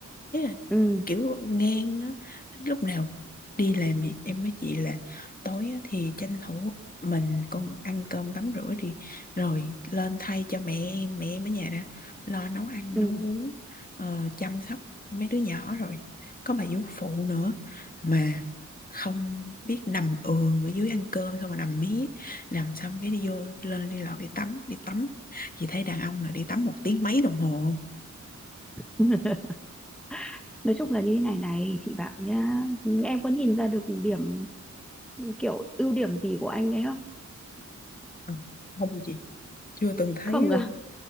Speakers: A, on the left; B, in the centre.
A: thế là
B: ừ
A: kiểu ngang á lúc nào đi làm gì em với chị là tối á, thì tranh thủ mình con ăn cơm tắm rửa đi rồi lên thay cho mẹ em mẹ em ở nhà đã lo nấu ăn
B: ừ
A: nấu uống ờ, chăm sóc mấy đứa nhỏ rồi có bà vú phụ nữa mà không biết nằm ườn ở dưới ăn cơm xong mà nằm mí nằm xong cái đi vô lên đi lầu đi tắm đi tắm chị thấy đàn ông nào đi tắm một tiếng mấy đồng hồ
B: <laughs> nói chung là như thế này này chị bảo nhá em có nhìn ra được điểm kiểu ưu điểm gì của anh ấy không
A: không không không chị chưa từng thấy
B: không
A: luôn
B: à